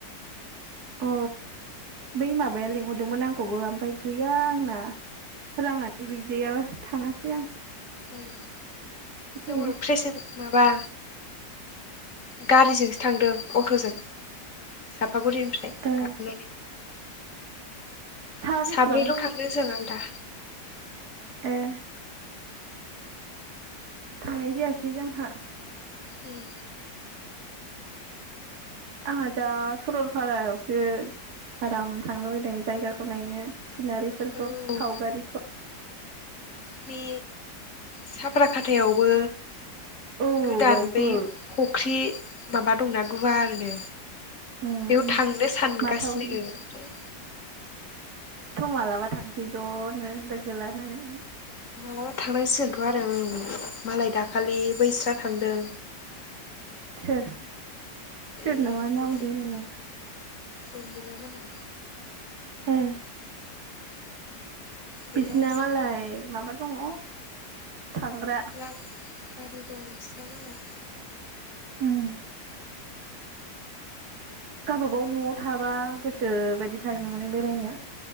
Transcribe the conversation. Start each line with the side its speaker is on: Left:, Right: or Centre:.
Right: अ बै माबाया लिंहरदोंमोन आंखौबो ओमफाय गैया आंना राङानो गैजायाबा। थाङासै आं।
Left: उम
Right: बेखायनो
Left: जोंबो प्रेसेन माबा गारिजोंसो थांदों अट'जों साफागुरिनिफ्राय
Right: ए
Left: गाखोनानै।
Right: साहा
Left: साब्रैल'
Right: बेसेबां
Left: थांनो जों आलदा।
Right: एह। थांनाय जायासै जोंहा।
Left: उम।
Right: आंहा जा सरलपारायावसो आराम थांनो लुुबैदों जायगाखौ नायनो। सिनारिफोरखौ
Left: औ
Right: सावगारिखौ।
Left: बे साब्राखाथायावबो
Right: औ
Left: गोदान
Right: बावबो
Left: बै फख्रि माबा दंना गुवारनो
Right: उम
Left: बेयाव थांनो सानगासिनो
Right: माथावरि
Left: ओ ओमफ्राय।
Right: थौ मालाबा थांसै ज'नो लोगो लानानै
Left: मालाबा थांनांसिगोनथ' आरो ओ मालाय दाखा खालि बैस्रा थांदों
Right: सोर? सोर
Left: ओइयो
Right: नामा नाम दोनो नामा
Left: उर्मिला मोना।
Right: एह।
Left: गैया
Right: बिसिना
Left: जोंहा
Right: मालाय माबा दङ'। थांग्रा
Left: रा गारि दं बिसिना मालाय।
Right: उम। गावबागाव न'आव थाबा गोसो बायदि थांनो मोनो बेरायनो।